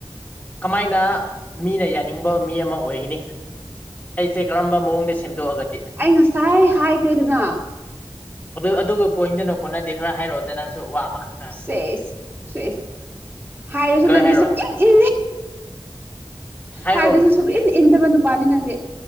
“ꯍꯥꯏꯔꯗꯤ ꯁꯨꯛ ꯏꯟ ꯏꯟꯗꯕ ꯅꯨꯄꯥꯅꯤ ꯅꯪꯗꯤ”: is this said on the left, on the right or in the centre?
Right